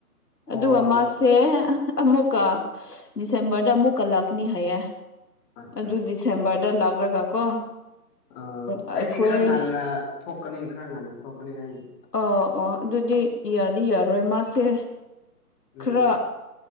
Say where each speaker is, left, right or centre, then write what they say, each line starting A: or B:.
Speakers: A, on the left (about 15°); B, on the left (about 80°).
A: ꯑꯣ
B: ꯑꯗꯨꯒ ꯃꯥꯁꯦ ꯑꯃꯨꯛꯀꯥ ꯗꯤꯁꯦꯝꯕꯔꯗ ꯑꯃꯨꯛꯀ ꯂꯥꯛꯀꯅꯤ ꯍꯥꯏꯌꯦ
A: ꯑꯠꯆꯥ
B: ꯑꯗꯨ ꯗꯤꯁꯦꯝꯕꯔꯗ ꯂꯥꯛꯔꯒ ꯀꯣ
A: ꯑ
B: ꯑꯩꯈꯣꯏ
A: ꯑꯩꯗꯤ ꯈꯔ ꯉꯟꯅ ꯊꯣꯛꯀꯅꯤ ꯈꯔ ꯉꯟꯅ ꯊꯣꯛꯀꯅꯤ ꯑꯩ
B: ꯑꯣ ꯑꯣ ꯑꯗꯨꯗꯤ ꯌꯥꯗꯤ ꯌꯥꯔꯣꯏ ꯃꯥꯁꯦ
A: ꯎꯝ
B: ꯈꯔ